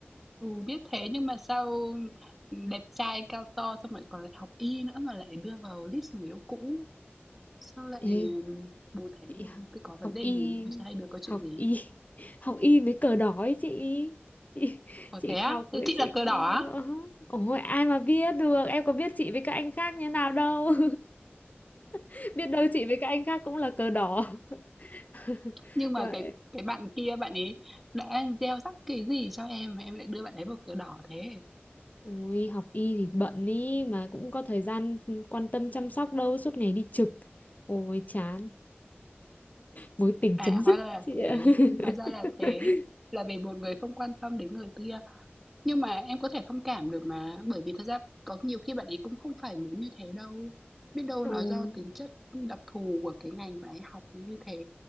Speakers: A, in the centre; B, on the left.
A: ừ, biết thế nhưng mà sao đẹp trai cao to xong lại còn lại học y nữa mà lại đưa vào list người yêu cũ Sao lại,
B: Ê,
A: ừm, bù thế?
B: chị
A: Thế có vấn
B: học
A: đề
B: y
A: gì? Hôm sau hai đứa có chuyện
B: học
A: gì?
B: y <laughs> học y với cờ đỏ ấy chị chị
A: Ồ,
B: chị
A: thế á?
B: học
A: Thế chị
B: chị
A: là cờ đỏ á?
B: ôi ai mà biết được em có biết chị với các anh khác như nào đâu <laughs> biết đâu chị với các anh khác cũng là cờ đỏ <laughs>
A: Nhưng mà
B: vậy
A: cái cái bạn kia bạn ấy đã gieo rắc cái gì cho em mà em lại đưa bạn ấy vào cờ đỏ thế?
B: Ôi, học y thì bận ý mà cũng có thời gian quan tâm chăm sóc đâu suốt ngày đi trực. Ôi chán, mối tình
A: À,
B: chấm dứt
A: hóa ra là
B: chị
A: thế,
B: ạ. <laughs>
A: hóa ra là thế. Là vì một người không quan tâm đến người kia. Nhưng mà em có thể thông cảm được mà, bởi vì thật ra có nhiều khi bạn ấy cũng không phải muốn như thế đâu. Biết đâu
B: Ôi,
A: nó do tính chất đặc thù của cái ngành bạn ấy học nó như thế.